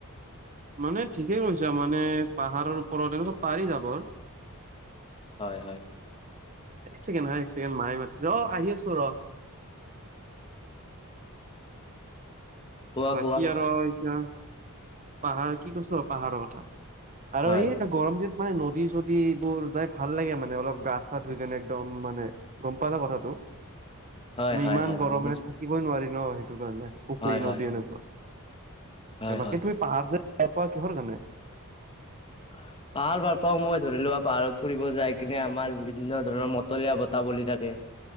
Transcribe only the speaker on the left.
হয় হয়
কোৱা
কোৱা
হয়
হয়
হয়
হয় হয়
হয় হয়
হয় হয়
অ পাহাৰ ভাৰ পাওঁ মই ধৰি লোৱা পাহাৰত ফুৰিব যাই কিনে আমাৰ বিভিন্ন ধৰণৰ মতলীয়া বতাহ বলি থাকে